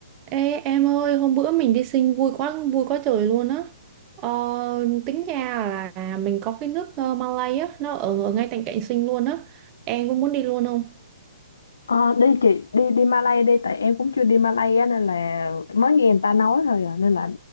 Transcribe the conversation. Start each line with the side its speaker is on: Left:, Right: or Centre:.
Right: Ê em ơi, hôm bữa mình đi sinh vui quá, vui quá trời luôn á. Ờ, tính ra là mình có cái nước ờ, Malay á, nó ở, ở ngay cạnh cạnh sinh luôn á. Em cũng muốn đi luôn không?
Left: Ờ, đi chị đi đi Malay đi tại em cũng chưa đi Malay á nên là mới nghe người ta nói thôi à, nên là